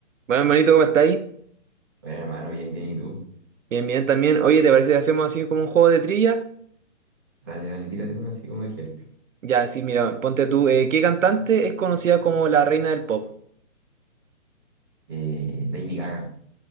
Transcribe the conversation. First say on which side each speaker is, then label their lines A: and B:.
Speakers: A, on the right; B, on the right.
A: Bueno, hermanito, ¿cómo estáis?
B: Bueno, hermano, bien, bien, ¿y tú?
A: Bien, bien también. Oye, ¿te parece que hacemos así como un juego de trivia?
B: Dale, dale, tírate una así como ejemplo.
A: Ya, sí, mira, ponte tú. eh, ¿qué cantante es conocida como la reina del pop?
B: Eh, Lady Gaga,